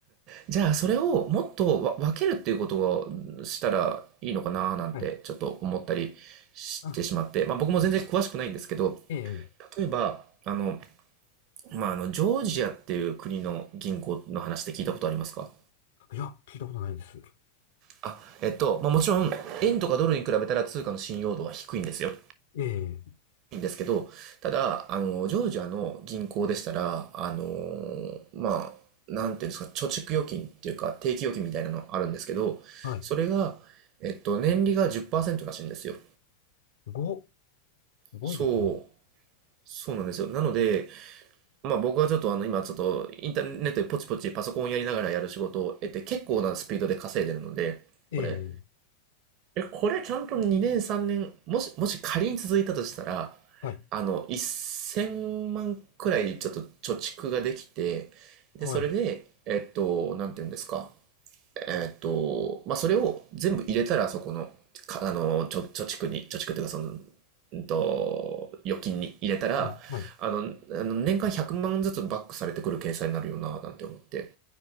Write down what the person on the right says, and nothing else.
じゃあそれをもっとわ分けるっていうことをしたらいいのかななんてちょっと思ったりしてしまって、
まあ僕も全然詳しくないんですけど、
例えば、あの、まああの、ジョージアっていう国の銀行の話で聞いたことありますか
あ、えっと、まあもちろん、円とかドルに比べたら通貨の信用度は低いんですよ。
んですけど、ただ、あの、ジョージアの銀行でしたら、あのまあ、なんていうんですか、貯蓄預金っていうか、定期預金みたいなのあるんですけど、
それが、えっと、年利が10%らしいんですよ。
そう、そうなんですよ。なので、まあ僕はちょっとあの、今ちょっとインターネットでポチポチパソコンやりながらやる仕事を得て、結構なスピードで稼いでるので、
これ。え、これちゃんと2年3年、もし、もし仮に続いたとしたら、
あの、1000万くらいちょっと貯蓄ができて、で、
それで、
えっと、なんて言うんですか。えっと、まあ、それを全部入れたら、そこの、か、あの、貯、貯蓄に、貯蓄というか、その、うんと、預金に入れたら、
あの、あの年間100万ずつバックされてくる計算になるよな、なんて思って。